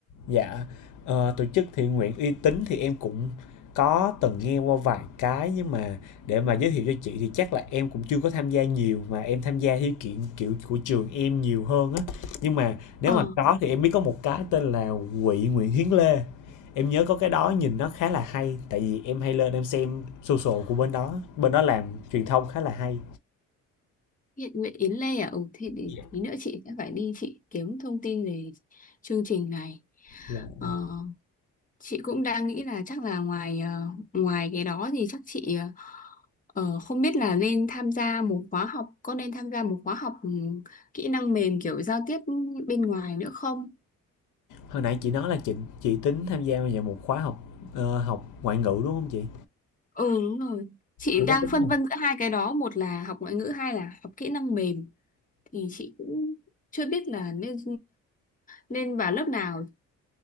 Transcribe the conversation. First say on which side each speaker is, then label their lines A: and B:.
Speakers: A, on the left; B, on the left.
A: Dạ, ờ, tổ chức thiện nguyện uy tín thì em cũng có từng nghe qua vài cái nhưng mà để mà giới thiệu cho chị thì chắc là em cũng chưa có tham gia nhiều mà em tham gia theo kiện kiểu của trường em nhiều hơn á. Nhưng mà nếu
B: Ờ,
A: mà có thì em biết có một cái tên là Quỹ Nguyễn Hiến Lê. Em nhớ có cái đó nhìn nó khá là hay tại vì em hay lên em xem social của bên đó, bên đó làm truyền thông khá là hay.
B: thiện nguyện Yến Lê à? Ừ, thì để
A: Dạ.
B: tí nữa chị sẽ phải đi chị kiếm thông tin về chương trình này.
A: Dạ.
B: Ờ, Chị cũng đang nghĩ là chắc là ngoài ờ, ngoài cái đó thì chắc chị ờ, ờ, không biết là nên tham gia một khóa học có nên tham gia một khóa học ừ, kỹ năng mềm kiểu giao tiếp bên ngoài nữa không?
A: Hồi nãy chị nói là chị chị tính tham gia vào một khóa học ờ, học ngoại ngữ đúng không chị?
B: Ừ đúng rồi. Chị
A: Chị
B: đang
A: đã tính
B: phân vân giữa hai cái đó, một là học ngoại ngữ, hai là học kỹ năng mềm thì chị cũng chưa biết là nên nên vào lớp nào.